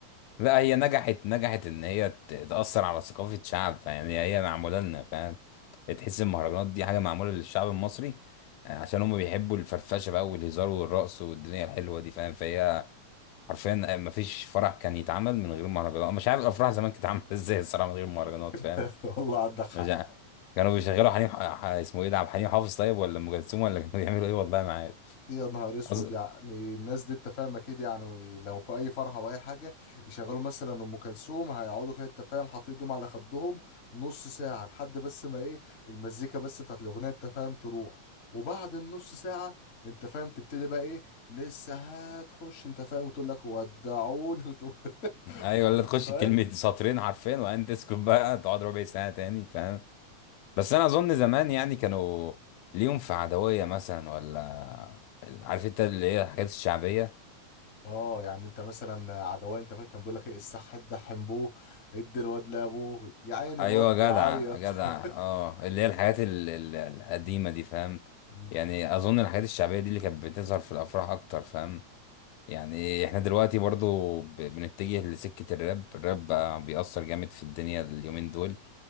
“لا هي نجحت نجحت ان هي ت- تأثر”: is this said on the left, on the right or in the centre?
Left